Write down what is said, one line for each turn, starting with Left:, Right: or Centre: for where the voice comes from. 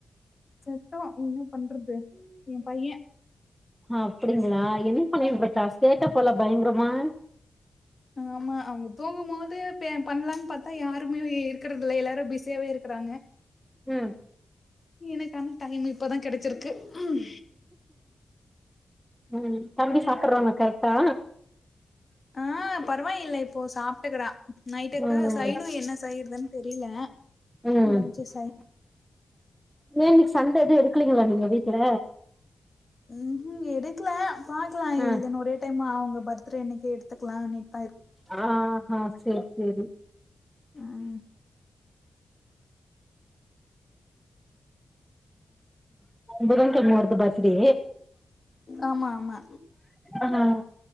Left: சத்த என்னப் பண்றது எ பைய
Centre: ஹப்டிங்ளா என்ன பண்ணிட்ருக்கா சேட்டப் போல பயங்ரமா
Left: ஆமா அவுங்க தூங்கும் போது பே பண்லான் பாத்தா யாரு ருமே இருக்கறதுல எல்லாரு பிஸியாவே இருக்கிறாங்க
Centre: உம்
Left: எனக்கான டைம் இப்பதா கெடச்சிருக்கு உம்
Centre: உம் தம்பி சாப்பிர்றானா கரட்டா
Left: ஆ பரவாயில்ல இப்போ சாப்ட்டுக்றா நைட்டுக்க
Centre: ம்
Left: செய்னு என்ன செய்றதுன் தெரில
Centre: ம்
Left: ஏதாச்சு செய்னு
Centre: ஏ இன்னைக்கு சண்டே எது எடுக்லீங்ளா நீங்க வீட்ல
Left: உஹும் எடுக்ல பாக்லா
Centre: ஆ
Left: இல்லன் ஒரே டைமா அவுங்க பர்த்டே அன்னைக்கு எடுத்துக்லானிட்
Centre: ஆஹா சேரி சேரி
Left: ம்
Centre: புதன் கெழம வருது பர்த்டே
Left: ஆமா ஆமா
Centre: ஆ